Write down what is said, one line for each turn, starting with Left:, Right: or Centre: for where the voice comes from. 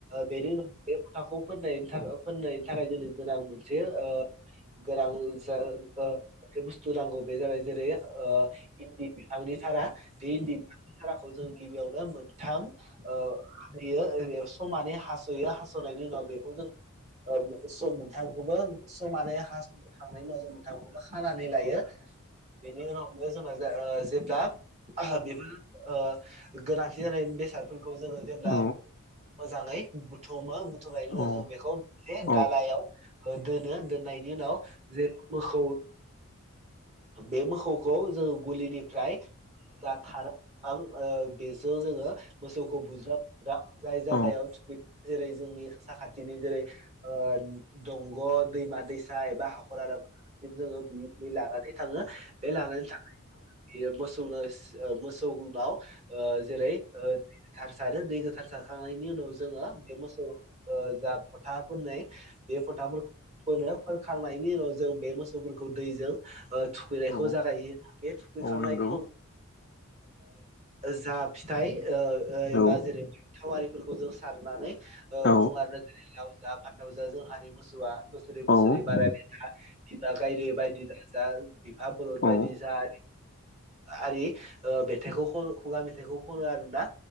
Right: बेनि उनाव बे फथाखौ फोननायनि थाखाय फोननायनि थाखाय जोंङा मोनसे गोनां ओ मोनसे गोनां बथ नांगौ बे जाबाय जेरै ओ इन्दि बिफांनि सारा बे इन्दि बिफांनि थाराखौ जों गिबियावनो मोनथाम ओ हासयो समानै हास'यो हास <unintelligible> नायनि उनाव बेखौ जों ओ स थामखौबो समानै हासखांनायनि उनाव जों मोन्थामखौबो खानानै लायो। बेनि उनावनो जोंना ओ जेब्ला आहा बेबो ओ गोनांथि जानाय बेसादफोरखौ जोङो जेब्ला
Left: औ
Right: मोजाङै बुथुमो थुमनायनि उनाव
Left: औ
Right: जों बेखौ ए
Left: औ
Right: दालायाव ओ दोनो दोन नायनि उनाव जे मोखौ बे मोखौखौ जोङो गलिनिफ्राय दा थारा आं ओ बेजों जोङो मोसौखौ बुज्रा बुज्रा जाय जागायाव
Left: औ
Right: थुखै जेरै जोंनि साखाथिनि जेरै ओ दंग' दैमा दैसा एबा हाखरला जोङो बुयै बुयै लानानै थाङो। बे लानानै थांनाय <inaudible> मोसौनोस ओ मोसौनाव ओ जेरै ओ थार सारो दै गोथार सारखांनायनि उनाव जोङो बे मोसौ ओ जा फथा फोन्नै बे फोथा फोरखौ फोनो। फोनखांनायनि उनाव जों बे मोसौफोरखौ दैजों ओ थुखैनायखौ
Left: औ
Right: जागायो बे थुखै
Left: औ
Right: खांनायनि
Left: नंगौ
Right: ओ जा फिथाइ ओ ओ एबा
Left: औ
Right: जेरै थाविफोरखौ जों सार होननानै ओ
Left: औ
Right: बुंलाङो जेरै लाव जा फान्थाव जा जोंहानि मोसौआ बोसोरै
Left: औ
Right: बोसोरै बारायबाय था। बिमा गायदे बायदि दा जा बि फा बलद
Left: औ
Right: बायदि जा आरि ओ मेथाइखौ ख' खुगा मेथाइखौ खनो आरोना।